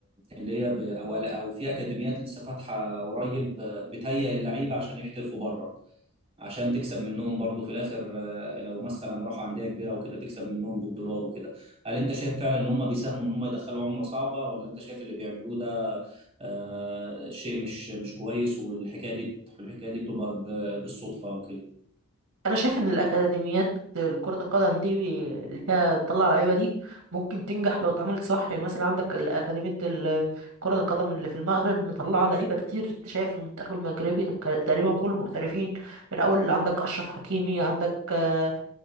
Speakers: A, on the right (about 25°); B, on the right (about 80°).
A: اللي هي ب... أو أو في أكاديميات لسه فاتحة قريب آه، بتهيئ اللعيبة عشان يحترفوا بره عشان تكسب منهم برضو في الآخر آه، لو مثلا راحوا أندية كبيرة وكده تكسب منهم بالدولار وكده هل أنت شايف فعلا إن هم بيساهموا إن هم يدخلوا عملة صعبة ولا أنت شايف اللي بيعملوه ده آه، شيء مش مش كويس والحكاية دي الحكاية دي بتبقى ب- بالصدفة وكده
B: انا شايف ان الاكاديميات كرة القدم دي بي- اللي فيها تطلع لعيبة دي ممكن تنجح لو اتعملت صح يعني مثلا عندك الاكاديمية ال- كرة القدم اللي في المغرب مطلعة لعيبة كتير انت شايف المنتخب المغربي تقريبا كل المحترفين من اول عندك اشرف حكيمي عندك آه،